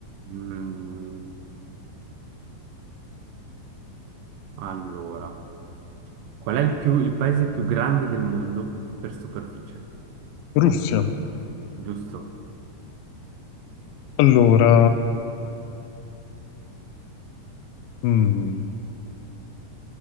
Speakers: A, on the right (about 80°); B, on the left (about 85°).
A: Mm, allora, qual è il, più- il paese più grande del mondo per superficie?
B: Russia.
A: Giusto.
B: Allora, mm,